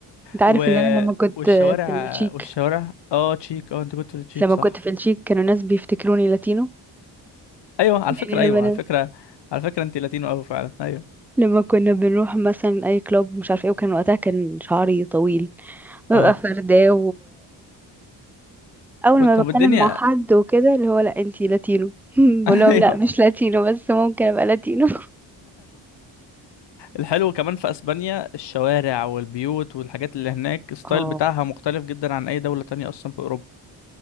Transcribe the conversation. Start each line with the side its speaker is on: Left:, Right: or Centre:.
Centre: انت عارف
Left: و...
Centre: ان انا لما كنت
Left: والشوارع
Centre: في التشيك
Left: والشوارع اه تشيك اه انت كنت في التشيك
Centre: لما
Left: صح
Centre: كنت في التشيك كانوا ناس بيفتكروني لاتينو
Left: ايوه على فكره
Centre: يعني لما
Left: ايوه
Centre: أنا-
Left: على فكره على فكره انت لاتينو قوي فعلا ايوه
Centre: لما كنا بنروح مثلا اي كلوب مش عارف ايه وكان وقتها كان شعري طويل ببقى
Left: اه
Centre: فرداه اول
Left: و-
Centre: ما
Left: طب
Centre: بتكلم
Left: الدنيا
Centre: مع حد وكده اللي هو لا انتي لاتينو <laughs> بقول
Left: <laughs>
Centre: لهم
Left: ايوه
Centre: لا مش لاتينو بس ممكن ابقى لاتينو <laughs>
Left: الحلو كمان في اسبانيا الشوارع والبيوت والحاجات اللي هناك الستايل
Centre: اه
Left: بتاعها مختلف جدا عن اي دوله تانية اصلا في اوروبا